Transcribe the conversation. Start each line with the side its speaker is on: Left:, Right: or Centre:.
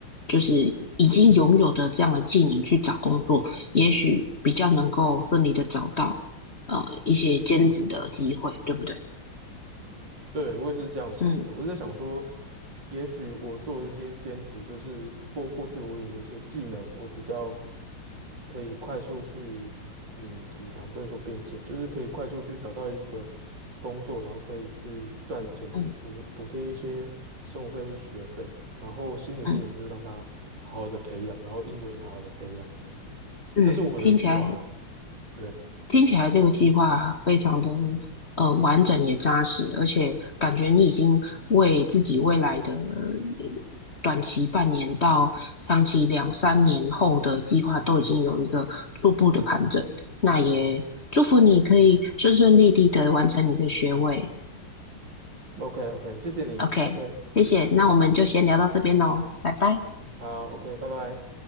Left: 就是已经拥有的这样的技能去找工作。也许比较能够顺利的找到呃一些兼职的机会，对不对？
Right: 对，我也是这样想的。
Left: 嗯
Right: 我在想说，也许我做一些兼职，就是过过去我有一些技能，我比较可以快速去，嗯，怎么讲？不能说变现，就是可以快速去找到一个工作，然后可以去赚钱补补贴一些生活费或是学费，
Left: 嗯
Right: 然后新的技能就是让它好好的培养，
Left: 嗯
Right: 然后英文也好好的培养，这样子，
Left: 嗯，
Right: 这是我的计划啦。
Left: 听起来
Right: 对，
Left: 听起来这个计划非常的呃完整也扎实，而且感觉你已经为自己未来的呃短期半年到长期两三年后的计划都已经有一个初步的盘整。那也祝福你可以顺顺利利的完成你的学位。
Right: 嗯，OK OK，谢谢你，OK，
Left: OK，谢谢，那我们就先聊到这边喽，拜拜。
Right: 好，OK，拜拜。